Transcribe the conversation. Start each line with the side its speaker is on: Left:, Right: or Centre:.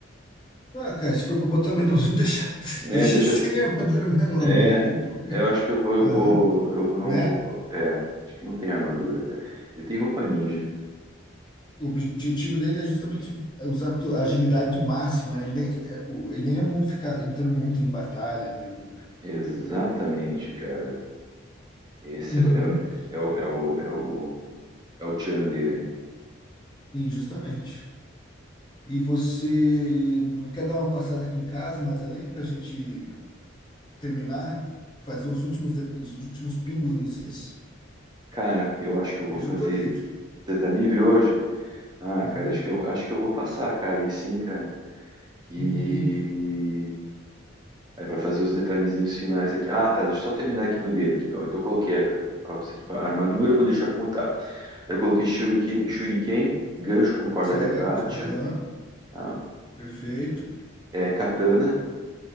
Left: Ah, cara, se for pra botar menos um, deixa, <laughs>
Right: É,
Left: deixa
Right: deixa.
Left: sem armadura mesmo logo
Right: É,
Left: de uma vez, pô.
Right: é, eu acho que eu vou, eu
Left: Aham,
Right: vou, eu vou- não
Left: né?
Right: vou. co- É, acho que não tem armadura, cara. Ele tem roupa ninja.
Left: O objetivo dele é justamente usar tu- a agilidade máxima, né? Ele nem, é, o- ele nem é bom ficar entrando muito em batalha mesmo.
Right: Exatamente, cara. Esse
Left: Uhum,
Right: é, o- é, o- é, o, é o, é o é o tchan dele.
Left: sim, justamente. E você não quer dar uma passada aqui em casa mais além pra gente terminar, fazer os últimos, de- os últimos pingos nos is?
Right: Cara, eu acho que eu vou
Left: Hoje
Right: fazer
Left: eu tô livre.
Right: Você tá livre hoje? Ah,
Left: Uhum,
Right: cara, acho que eu, acho que eu vou passar, cara. E sim, cara. Que
Left: uhum,
Right: é para fazer os detalhezinhos finais aqui. Ah, tá. Deixa eu só terminar aqui do dele. Aqui, ó. então eu coloquei a, as equipa- a armadura, vou deixar como tá. Eu coloquei shuriken, shuriken, gancho com corda
Left: certo,
Right: retrátil,
Left: aham,
Right: tá?
Left: perfeito.
Right: É, katana,